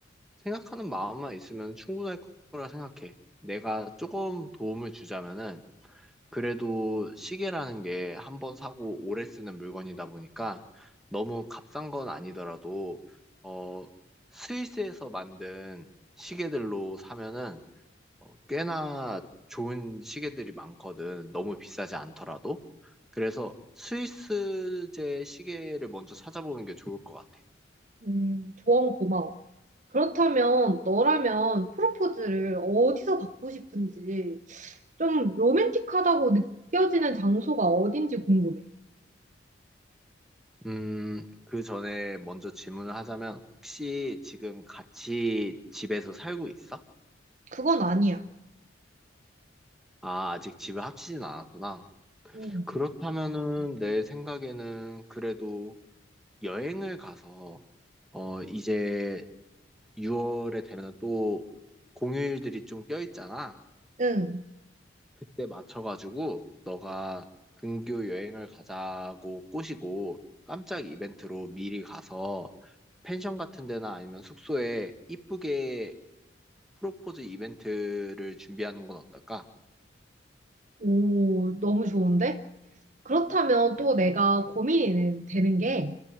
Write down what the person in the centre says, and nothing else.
생각하는 마음만 있으면 충분할 거라 생각해. 내가 조금 도움을 주자면은 그래도 시계라는 게 한번 사고 오래 쓰는 물건이다 보니까 너무 값싼 건 아니더라도 어, 스위스에서 만든 시계들로 사면은 어, 꽤나 좋은 시계들이 많거든. 너무 비싸지 않더라도. 그래서 스위스제 시계를 먼저 찾아보는 게 좋을 것 같아.
음, 그 전에 먼저 질문을 하자면, 혹시 지금 같이 집에서 살고 있어?
아, 아직 집을 합치진 않았구나.
그렇다면은 내 생각에는 그래도 여행을 가서, 어, 이제 6월에 되면 또 공휴일들이 좀 껴있잖아.
그때 맞춰가지고 너가 근교 여행을 가자고 꼬시고 깜짝 이벤트로 미리 가서 펜션 같은 데나 아니면 숙소에 이쁘게 프로포즈 이벤트를 준비하는 건 어떨까?